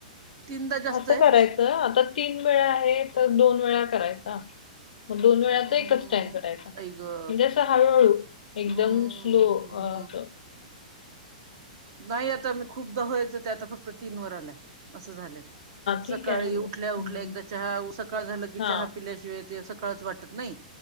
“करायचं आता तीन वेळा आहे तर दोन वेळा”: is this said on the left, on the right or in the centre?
Left